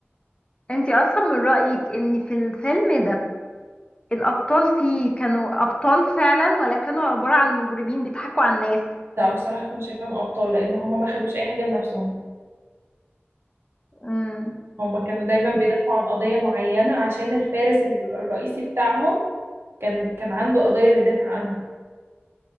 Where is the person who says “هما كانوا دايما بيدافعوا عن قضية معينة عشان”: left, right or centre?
Right